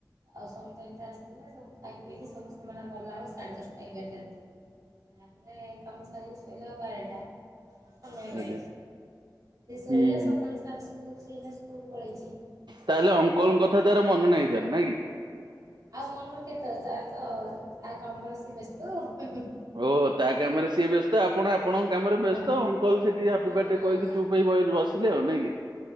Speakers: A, on the right; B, on the right.
A: ଆଉ ସମସ୍ତେ ଏମିତି ଆସିଥିଲେ ସବୁ ଖାଇ ପିଇକି ସବୁ ସେମାନେ ଗଲାବେଳ ସାଢେ ଦଶ ଏଗାରଟା ରାତିରେ କାମ ସାରି ଶୋଇଲା ବେଳକୁ ବାରଟା, ଗାଇ
B: ଆଜ୍ଞା
A: ସେ ଶୋଇଲା
B: ହୁଁ ହୁଁ।
A: ସକାଳୁ ତାର ସ୍କୁଲ ସେ ଏଇନା ସ୍କୁଲ ପଳେଇଛି।
B: ତାହେଲେ ଅଙ୍କଲ୍ ଙ୍କ କଥା ତାର ମନ ନାହିଁ ତାହେଲେ ନାଇ କି?
A: ଆଉ ମନ କେତେ ତାର ତ ତା କାମରେ ସେ ବ୍ୟସ୍ତ ଓ ହୁଁ ହୁଁ
B: ଓହୋ ତା କାମରେ ସିଏ ବ୍ୟ ତ ଆପଣ ଆପଣଙ୍କ କାମରେ ବ୍ୟସ୍ତ,
A: ହଁ
B: ଅଙ୍କଲ ସେଠି ହାପି
A: ହଁ
B: ବାର୍ଥଡେ କହିକି
A: ଆଉ
B: ଚୁପ୍ ହେଇ ବଇ ବସିଲେ ଆଉ, ନାଇଁ କି?